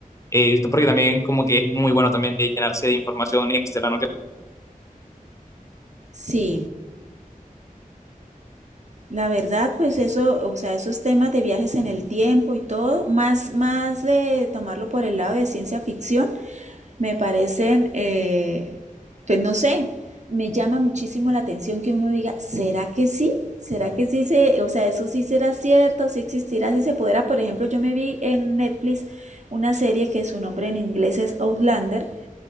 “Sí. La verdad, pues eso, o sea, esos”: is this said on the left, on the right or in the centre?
Right